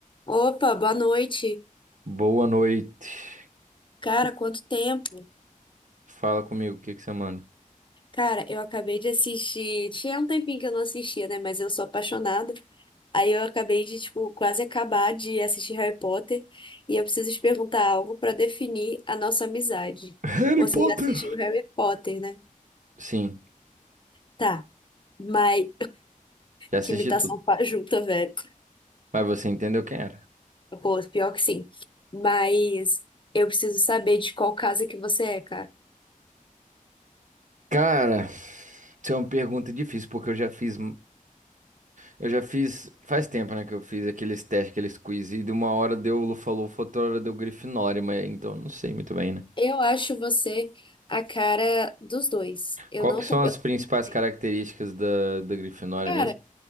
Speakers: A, on the left (about 35°); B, on the right (about 60°).
A: Opa, boa noite.
B: Boa noite.
A: Cara, quanto tempo?
B: Fala comigo, o que que você manda?
A: Cara, eu acabei de assistir. Tinha um tempinho que eu não assistia, né? Mas eu sou apaixonada. Aí eu acabei de, tipo, quase acabar de assistir Harry Potter. E eu preciso te perguntar algo pra definir a nossa amizade.
B: Harry
A: Você
B: Potter.
A: já assistiu Harry Potter, né?
B: Sim,
A: Tá, mas
B: já assisti
A: que imitação
B: tudo.
A: <laughs> fajuta, velho.
B: Mas você entendeu quem era?
A: Pô, pior que sim. Mas eu preciso saber de qual casa que você é, cara.
B: Cara, isso é uma pergunta difícil, porque eu já fiz. Eu já fiz. Faz tempo, né, que eu fiz aqueles testes, aqueles quiz, e de uma hora deu Lufa-Lufa, outra hora deu Grifinória, mas então eu não sei muito bem, né?
A: Eu acho você a cara dos dois. Eu
B: Qual
A: não,
B: que são
A: ta-
B: as
A: eu também
B: principais
A: não tenho.
B: características da, da Grifinória
A: Cara,
B: mesmo?